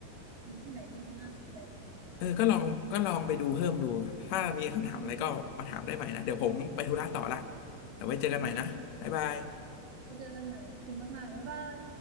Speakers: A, on the right; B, on the left.
A: มีที่ไหนที่มันน่าสนใจอีก
B: เออก็ลองก็ลองไปดูเพิ่มดูถ้ามีคำถามอะไรก็มาถามได้ใหม่นะเดี๋ยวผมไปธุระต่อละ
A: อืม
B: เดี๋ยวไว้เจอกันใหม่นะบ๊ายบาย
A: โอเคไว้เจอกันใหม่ ขอบคุณมากๆบ๊ายบาย